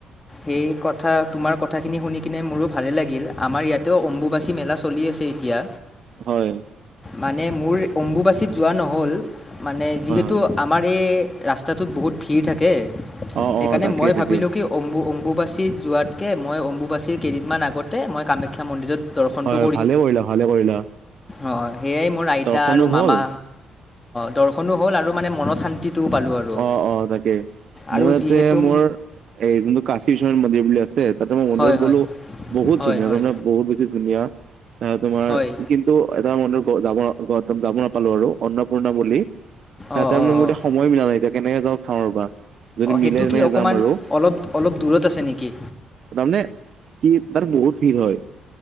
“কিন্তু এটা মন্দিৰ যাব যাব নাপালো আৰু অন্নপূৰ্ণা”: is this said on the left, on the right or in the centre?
Right